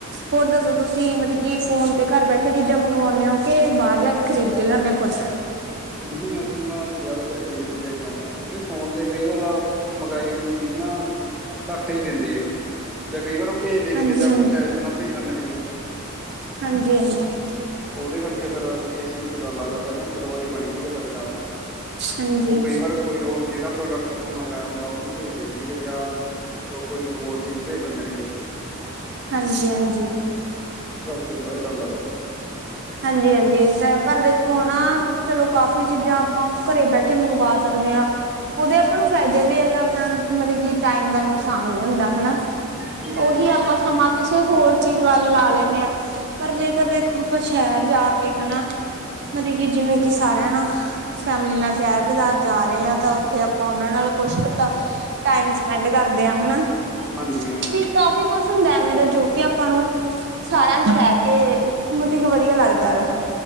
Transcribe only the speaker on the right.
ਹੋਰ ਦੱਸੋ ਤੁਸੀਂ ਮਤਲਬ ਕੀ ਫੋਨ ਤੇ ਘਰ ਬੈਠੇ ਚੀਜ਼ਾਂ ਮੰਗਵਾਉਂਦੇ ਹੋ ਕਿ ਬਾਹਰ ਜਾ ਕੇ ਖਰੀਦ ਕੇ ਲੈਂਦੇ ਹੋ ਕੁੱਝ
ਹਾਂਜੀ
ਹਾਂਜੀ
ਹਾਂਜੀ ਹਾਂਜੀ
ਹਾਂਜੀ
ਹਾਂਜੀ
ਹਾਂਜੀ ਹਾਂਜੀ
ਹਾਂਜੀ ਹਾਂਜੀ ਇਹ ਤਾਂ ਹੈ ਪਰ ਦੇਖੋ ਹ ਨਾ। ਚਲੋ ਕਾਫ਼ੀ ਚੀਜ਼ਾਂ ਆਪਾਂ ਘਰੇ ਬੈਠੇ ਮੰਗਵਾ ਸਕਦੇ ਹਾਂ। ਉਹਦੇ ਆਪਾਂ ਨੂੰ ਫਾਇਦੇ ਵੀ ਹੈਗਾ ਆਪਣਾ ਨੂੰ ਮਤਲਬ ਕਿ ਟਾਈਮ ਦਾ ਨੁਕਸਾਨ ਨੀ ਹੁੰਦਾ ਹਨਾ।
ਉਹੀ
ਆਪਾਂ ਸਮਾਂ ਕਿਸੇ ਹੋਰ ਚੀਜ਼ ਵੱਲ ਲਾ ਲੈਂਦੇ ਹਾਂ ਪਰ ਜੇਕਰ ਦੇਖੋ। ਆਪਾਂ ਸ਼ਹਿਰ ਜਾ ਕੇ ਹਨਾ। ਮਤਲਬ ਕਿ ਜਿਵੇਂ ਕਿ ਸਾਰਿਆਂ ਨਾ ਫੈਮਿਲੀ ਨਾਲ ਸ਼ਹਿਰ ਬਾਜ਼ਾਰ ਜਾ ਰਹੇ ਆ ਤਾਂ ਉੱਥੇ ਆਪਾਂ ਉਹਨਾਂ ਨਾਲ ਕੁਛਤਾ ਟਾਈਮ ਸਪੈਂਡ ਕਰਦੇ ਆ ਹਨਾ।
ਵੀ ਕਾਫ਼ੀ ਕੁਛ ਹੁੰਦਾ ਐਵੇਂ ਦਾ ਜੋ ਕਿ ਆਪਾਂ ਨੂੰ ਸਾਰਿਆਂ ਚ ਰਹਿ ਕੇ ਮਤਲਬ ਕੀ ਵਧੀਆ ਲੱਗਦਾ ਵਾ।